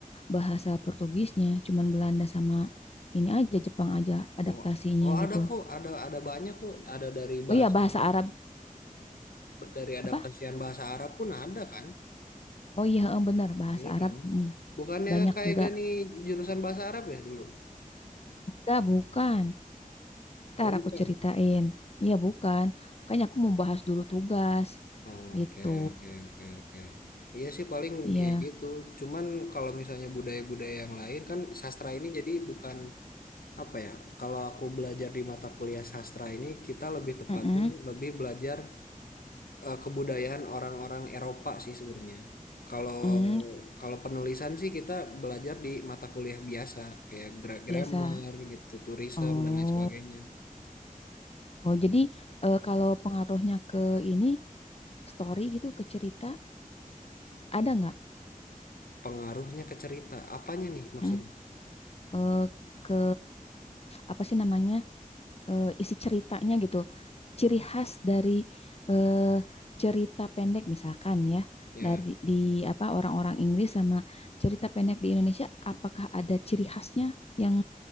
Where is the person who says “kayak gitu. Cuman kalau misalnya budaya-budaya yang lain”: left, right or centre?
Left